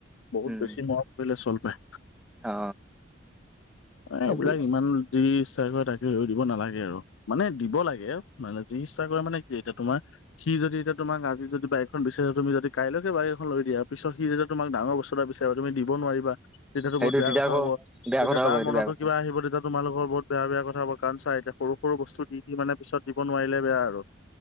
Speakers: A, on the left; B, in the centre.
A: বহুত
B: উম
A: বেছি মৰম কৰিলে চল পায়।
B: অ
A: এ,
B: সেইটোৱে
A: এইবিলাক ইমান দেচ্ছাই কৰে তাকে হে দিব নালাগে আৰু মানে দিব লাগে মানে যি ইচ্ছা কৰে মানে কি এতিয়া তোমাৰ সি যদি এতিয়া তোমাক আজি যদি বাইকখন পিছে তুমি যদি কাইলৈকে বাৰী এখন লৈ দিয়া পিছ সিদি তমাক ডাঙৰ ব্তু এটা বিচাৰিব তুমি দিবোৱাৰা তেতিয়াতো
B: সেইটো
A: বহুত বেয়া
B: তেতিয়া
A: কথা
B: আকৌ
A: হব
B: বেয়া
A: তেতিয়া
B: কথা হ'ব
A: তাৰ
B: সেইটো
A: মনতো
B: বেয়া কথা
A: কিবা আহিব তেতিয়া তোমালোকৰ বহুত বেয়া-বেয়া কথা ক'ব, কাৰণ চা এতিয়া সৰু সৰু বস্তু দি দি মানে পিছত দিব নোৱাৰিলে বেয়া আৰু